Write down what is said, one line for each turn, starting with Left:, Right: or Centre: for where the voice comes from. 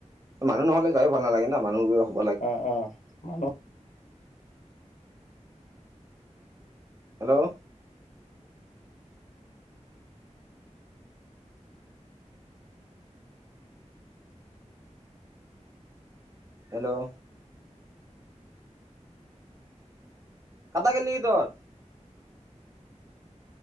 Right: মানুহ নহ'লে যাইও ভাল নালাগে না মানুহ গৈ
Left: অ', অ', মান
Right: হেল্ল', হেল্ল', কাটা গেল নিকি তৰ?